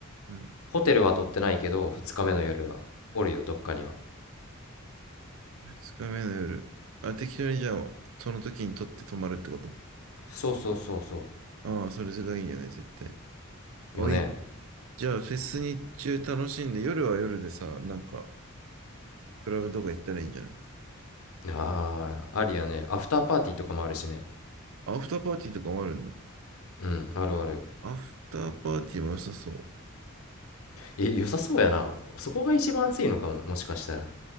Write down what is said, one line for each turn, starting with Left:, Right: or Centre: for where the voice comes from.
Right: うん。
Left: ホテルは取ってないけど、2日目の夜はおるよ、どっかには。
Right: 二日目の夜。あ、適当にじゃあ、その時に取って泊まるってこと。
Left: そうそうそうそ
Right: ああ、それがいいよね、絶対。あ、
Left: う。よね。
Right: いい。じゃあ、フェス日中楽しんで、夜は夜でさ、なんか、クラブとか行ったらいいんじゃない
Left: ああ、ありやね。アフターパーティーとかもあるしね。
Right: アフターパーティーとかもあるんだ。
Left: うん、あるある。
Right: アフターパーティーも良さそ
Left: え、良さそうやな。そこが一番暑いのかも、もしかしたら。